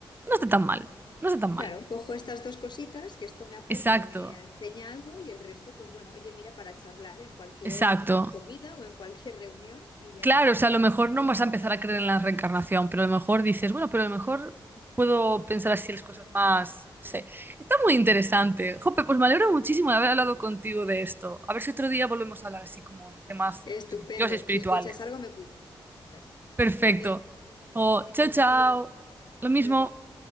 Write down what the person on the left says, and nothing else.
Claro, cojo estas dos cositas, que esto me aporta
y me enseña algo, y el resto, pues bueno, oye, mira, para charlar en cualquier
comida o en cualquier reunión y ya
está.
Estupendo.
Si escuchas algo, me cuentas.
Muy bien.
Que tengas
buen día. Hasta
Luego.